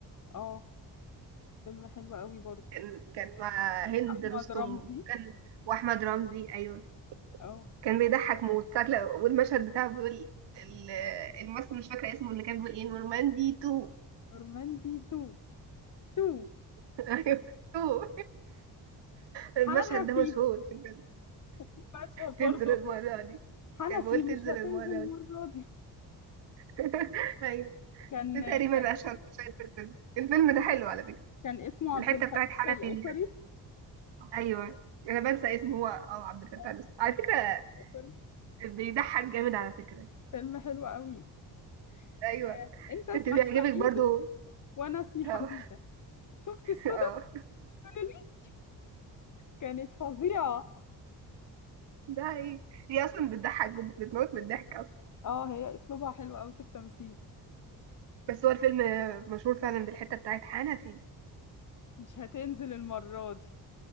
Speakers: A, on the left; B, on the right.
A: اه فيلم حلو قوي برضه
B: كان كان مع هند
A: احمد
B: رستم
A: رمزي
B: كان واحمد رمزي ايوه
A: اه
B: كان بيضحك موت ساعة لو- والمشهد بتاعه بيقول ال- الممثل مش فاكرة اسمه اللي كان بيقول ايه نورماندي تو
A: رمندي تو تو
B: <laughs> ايوه تو المشهد
A: حنفي
B: ده مشهور <laughs>
A: في مشهد
B: تنزل
A: برضه
B: المرة دي
A: حنفي
B: كان بيقول
A: مش
B: تنزل
A: هتنزل
B: المرة
A: المرة
B: دي
A: دي
B: <laughs> ايوه
A: كان
B: ده تقريبا
A: كان
B: اشهر مشاهد في الفيلم الفيلم ده حلو على فكرة
A: كان اسمه
B: والحته
A: عبد الفتاح
B: بتاعت حنفي
A: الأسري
B: دي حلوة. ايوه انا بنسى اسمه هو اه عبد الفتاح
A: آه،
B: الأسطوري على فكره
A: عارفة.
B: بيضحك جامد على فكره
A: فيلم حلو قوي
B: ايوه
A: آه، انت اسمك
B: انت بيعجبك
A: حميدو
B: برضو
A: وانا اسمي
B: اه
A: حميدة شفتي الصدف
B: <laughs> اه
A: دي كانت فظيعة
B: ده هي هي اصلا بتضحك بت- بتموت من الضحك اصلا
A: اه هي اسلوبها حلو قوي في التمثيل
B: بس هو الفيلم مشهور فعلا بالحته بتاعت حنفي
A: مش هتنزل المرة دي